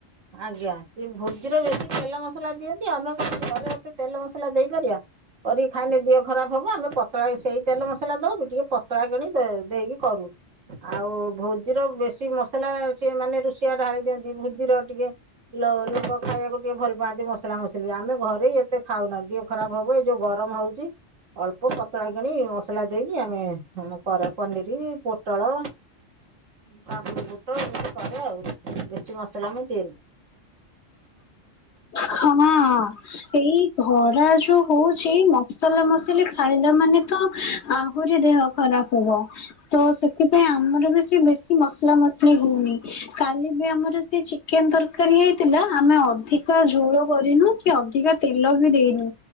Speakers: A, on the right; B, on the left.
A: ଆଜ୍ଞା ସେ ଭୋଜିର ବେଶୀ ତେଲ ମସଲା ଦିଅନ୍ତି ଆମେ କଣ ଘରେ ଏତେ ତେଲ ମସଲା ଦେଇପାରିବା କରିକି ଖାଇଲେ ଦିହ ଖରାପ ହବ ଆମେ ପତଳା ସେଇ ତେଲ ମସଲା ଦଉଚୁ ଟିକେ ପତଳା କରି ଦେଇକି କରୁ ଆଉ ଭୋଜିର ବେଶୀ ମସଲା ସିଏ ମାନେ ରୋଷେଇଆ ଢାଳି ଦିଅନ୍ତି ଭୋଜିର ଦିଅ ଲୋକ ଖାଇବାକୁ ଟିକେ ଭଲ ପାଆନ୍ତି ମସଲା ମସଲି ଆମେ ଘରେ ଏତେ ଖାଉନା ଦିହ ଖରାପ ହବ ଏଇ ଯୋଉ ଗରମ ହଉଛି ଅଳ୍ପ ପତଳା କରି ମସଲା ଦେଇକି ଆମେ କରେ ପନିର ପୋଟଳ କାବୁଲି ବୁଟ ଏମିତି କରେ ଆଉ। ବେଶୀ ମସଲା ମୁଁ ଦିଏନି।
B: ହଁ ଏଇ ଘରେ ଖରା ଯୋଉ ହଉଛି ମସଲା ମସଲି ଖାଇଲା ମାନେ ତ ଆହୁରି ଦେହ ଖରାପ ହବ ତ ସେଥିପାଇଁ ଆମର ବି ସେ ବେଶୀ ମସଲା ମସଲି ହଉନି କା ଦିନେ ଆମର ସେ ଚିକେନ ତରକାରୀ ହେଇଥିଲା ଆମେ ଅଧିକ ଝୋଳ କରିନୁ କି ଅଧିକ ତେଲ ବି ଦେଇନୁ